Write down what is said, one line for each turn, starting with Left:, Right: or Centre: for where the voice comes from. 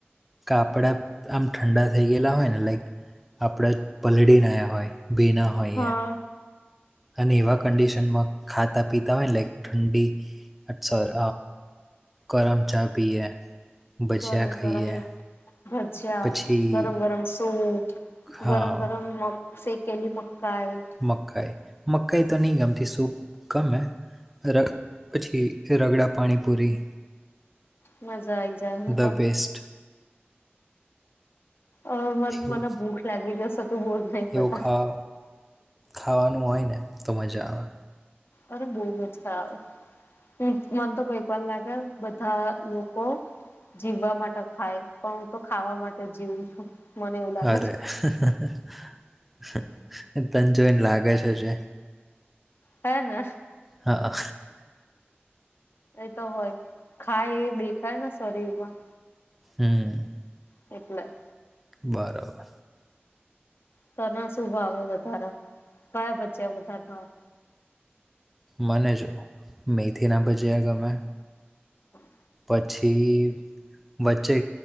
Centre: કાપડા આમ ઠંડા થઈ ગયેલા હોય ને લાઈક આપણા પલળીને આયા હોય ભીના હોઇએ
Left: હા
Centre: અને એવા કંડિશનમાં ખાતા પીતા હોય ને લાઇક ઠંડી અક્ષર ગરમ ચા પીએ ભજિયા
Left: ગરમ
Centre: ખાઈએ
Left: ગરમ ભજીયા
Centre: પછી
Left: ગરમ ગરમ સૂપ
Centre: હા
Left: ગરમ ગરમ મગ સેકેલી મકાઈ
Centre: મકાઈ મકાઈ તો ની ગમતી સૂપ ગમે ર પછી રગડા પાણીપુરી
Left: મજા આઈ જાય હું
Centre: ધ
Left: પણ
Centre: બેસ્ટ
Left: અવૅ
Centre: એવું
Left: મને મને ભૂખ લાગી જશે તું બોલ નહી બધા
Centre: એવું ખા ખાવાનું હોય ને તો મજા આવે
Left: અરે બહુ મજા આવે અ મન તો કોઈક વાર લાગે બધા લોકો જીવવા માટે ખાય પણ હું તો ખાવા માટે જીવું છું મને એવું લાગે
Centre: અરે
Left: છે
Centre: હ હ હ તન જોઈને લાગે છે જ એ
Left: હૅને
Centre: હા
Left: એ તો હોય ખાય એ દેખાય ને શરીર માં
Centre: હમ
Left: એટલે
Centre: બરોબર
Left: તને શું ભાવે વધારે કયા ભજિયા વધારે ભાવે
Centre: મને જો મેથી ના ભજીયા ગમે
Left: હમ
Centre: પછી વચ્ચે